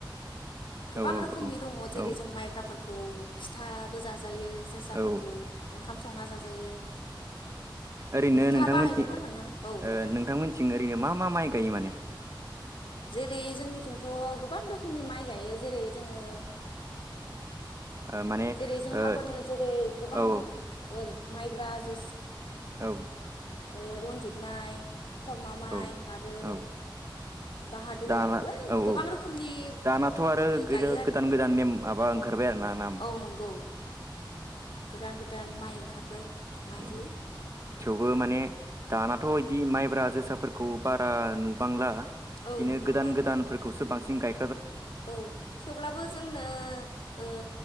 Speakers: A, on the left; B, on the right.
A: गोबां
B: औ
A: रोखोमनि दङ' जेरै
B: औ
A: जों माइब्राफोरखौ फिथाबो जा जाजायो जोसाफोरखौ
B: औ
A: ओंखाम संना जाजायो।
B: ओरैनो
A: नोंथाङा
B: नोंथांमोनथि
A: बाहायबा फोरमायना औ
B: ओ
A: नोंथां
B: नोंथांमोनथिं ओरैनो मा मा माइ गायो माने?
A: जेरै जोंनिथिंथ' गोबां रोखोमनि माइ गायो जेरै जोङो
B: ओ माने
A: जेरै जोंहाफोरनो
B: ओ
A: जेरै गोबां
B: औ
A: ओ माइब्रा जो
B: औ
A: ओ रनजित माइ खरमा माइ
B: औ
A: आरो
B: औ
A: बाहादुर
B: दाना
A: बै
B: औ
A: गोबां
B: औ
A: रोखोमनि
B: दानाथ' आरो
A: ओ
B: गोदो
A: गायो आरो
B: गोदान गोदान नेम माबा ओंखारबाय आरोना। नाम
A: औ नंगौ गोदान गो दान माइ ओंखारबाय माइलि
B: औ थेवबो माने दानाथ' इदि माइब्रा जोसाफोरखौ बारा नुबांला
A: औ
B: इदिनो
A: नुबांला
B: गोदान गोदानफोरखौसो बां सिंन गाय
A: औ थेवब्लाबो जोंनो ओ